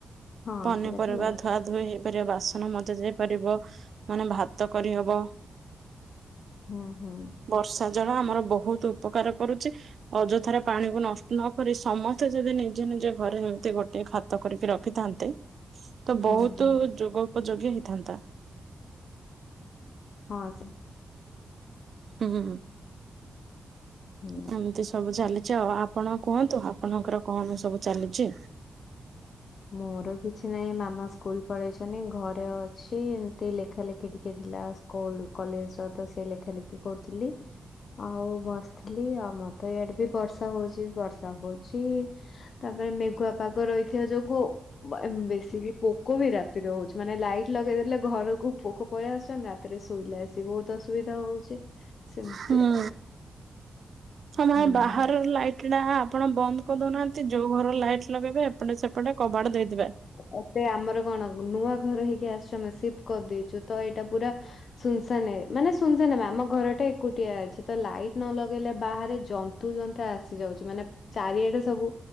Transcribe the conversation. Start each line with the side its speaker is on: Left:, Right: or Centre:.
Left: ହଁ
Right: ପନିପରିବା
Left: ସେଇଟା ତ ଲଗାତାର
Right: ଧୁଆ ଧୁଇ ହେଇ ବାସନ ମଜା ଯାଇପାରିବ ମାନେ ଭାତ କରିହବ।
Left: ହୁଁ ହୁଁ।
Right: ବର୍ଷା ଜଳ ଆମର ବହୁତ ଉପକାର କରୁଛି। ଅଯଥାରେ ପାଣିକୁ ନଷ୍ଟ ନ କରି ସମସ୍ତେ ଯଦି ନିଜେ ନିଜେ ଘରେ ଏମିତି ଗୋଟେ ଖା- କରିକି ରଖିଥାନ୍ତେ ତ
Left: ହୁଁ
Right: ବହୁତ
Left: ହୁଁ
Right: ଯୋଗ ଉପଯୋଗୀ ହେଇଥାନ୍ତା।
Left: ହଁ ସେ
Right: ହୁଁ ହୁଁ
Left: ହୁଁ।
Right: ଆମ ଏତି ସବୁ ଚାଲିଛି ଆଉ ଆପଣ କୁହନ୍ତୁ ଆପଣଙ୍କର କଣ ସବୁ ଚାଲିଛି?
Left: ମୋର କିଛି ନାହିଁ ମାମା ସ୍କୁଲ ପଳେଇଛନ୍ତି ଘରେ ଅଛି ଏମତି ଲେଖା ଲେଖି ଟିକେ ଥିଲା। କଲେଜ ର ତ ସେ ଲେଖା ଲେଖି କରୁଥିଲି। ଆଉ ବସିଥିଲି ଆଉ ମତେ ଇଆଡେ ବି ବର୍ଷା ହଉଛି ବର୍ଷା ହଉଛି ତାପରେ ମେଘୁଆ ପାଗ ରହିଥିବା ଯୋଗୁ ବେଶୀ ପୋକ ବି ରା ସ୍ଥି ହଉଛି ମାନେ ଲାଇଟ ଲଗେଇଦେଲେ ଘରକୁ ପୋକ ପଳେଇଆ ଆସୁି ରାତିରେ ଶୋଇଲେ ଆସି ବହୁତ ଅସୁବିଧା ହଉଛି। ସେମିତି
Right: ହୁଁ।
Left: ଆଉ।
Right: ହଁ ମାଇ
Left: ହୁଁ।
Right: ବାହାର ଲାଇଟ ଟା ଆପଣ ବନ୍ଦ କରିଦଉନାହାନ୍ତି ଯୋଉ ଘର ଲାଇଟ୍ ଲଗେଇବେ ଏପଟେ ସେପଟେ କବାଡ଼ ଦେଇଦେବେ।
Left: ଏତେ ଆମର କଣ ନୂଆ ଘର ହେଇକି ଆସିଛୁ ଆମେ ସିଫ୍ଟ କରିଦେଇଛୁ ତ ଏଇଟା ପୁରା ଶୁନସ ନେ ମାନେ ଶୁନସ ନ ବା ଆମ ଘରଟା ଏକୁଟିଆ ଅଛି ତ ଲାଇଟ ନ ଲଗେଇଲେ ବାହାରେ ଜ ତୁ ଜତା ଆସି ଯାଉଛୁ ମାନେ ଚାରିଆଡେ ସବୁ